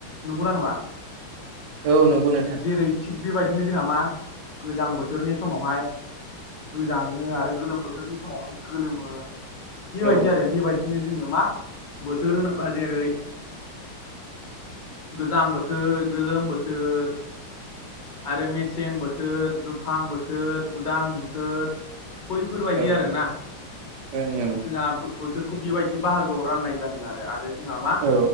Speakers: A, on the left (about 50°); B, on the right (about 65°).
A: नंगौना नङा?
B: औ नंगौ नोंथां।
A: जेरै थिग बेबायदिनो जोंहा मा गोजां बोथोरनि समावहाय गोजाङो आरो गोलोम बोथोरनि समावहाय गोलोमो बेबायदि
B: औ
A: आरो बेबायदि बिदिनो जोङो मा बोथोर होनोब्ला जेरै गोजां बोथोर गोलोम बोथोर आरो मेसें बोथोर दुफां बोथोर उदां बोथोर। बैफोरबायदि
B: औ ओं
A: आरोना
B: ओं
A: जोंहा बोथोरखौ बेबायदि बाहागोआव राननाय जादों आरो आरो जोंहा मा
B: औ